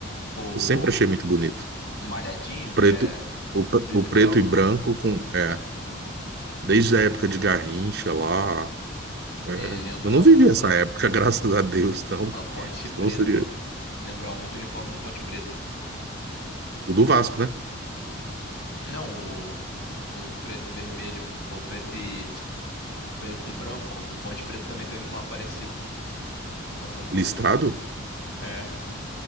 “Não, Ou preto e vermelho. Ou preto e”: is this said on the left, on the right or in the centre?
Left